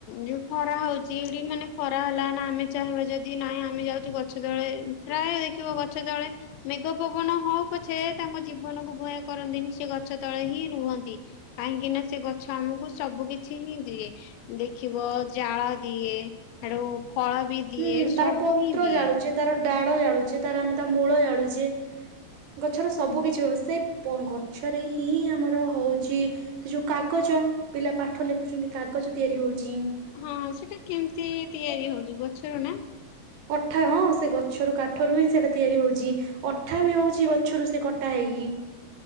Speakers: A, on the left (about 85°); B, on the right (about 75°).
A: ଯୋଉ ଖରା ହଉଛି, ଏଠି ମାନେ ଖରା ହେଲା ନା, ଆମେ ଚାହିଁବା ଯଦି ନାହିଁ ଆମେ ଯାଉଛୁ ଗଛ ତଳେ ପ୍ରାୟ ଦେଖିବ ଗଛ ତଳେ ମେଘ ପବନ ହଉ ପଛେ, ତାଙ୍କ ଜୀବନକୁ ଭୟ କରନ୍ତିନି, ସେ ଗଛ ତଳେ ହିଁ ରୁହନ୍ତି। କାହିଁକି ନା, ସେ ଗଛ ଆମକୁ ସବୁ କିଛି ହିଁ ଦିଏ। ଦେଖିବ ଜାଳ ଦିଏ, ହେଡୁ ଫଳ ବି ଦିଏ
B: ହୁଁ,
A: ସବୁ
B: ତାର ପତ୍ର
A: ହିଁ ଦିଏ।
B: ଜାଳୁଚେ, ତାର ଡାଳ ଜାଳୁଚେ, ତାର ଆମେ ତା ମୂଳ ଜାଳୁଚେ। ଗଛର ସବୁ କିିଛି ବ୍ୟବସ୍ଥା, ଏ ଗଛରେ ହିଁ ଆମର ହଉଚି ସେ ଯୋଉ କାଗଜ, ପିଲା ପାଠ ଲେଖୁଛନ୍ତି, କାଗଜ ତିଆରି ହଉଚି।
A: ହଁ, ସେଇଟା କେମିତି ତିଆରି ହଉଚି, ଗଛରୁ ନା?
B: ଅଠା ହଁ, ସେ ଗଛରୁ କାଠରୁ ହିଁ ସେଇଟା ତିଆରି ହଉଚି। ଅଠା ବି ହଉଛି, ଗଛରୁ ସେ କଟା ହେଇକି।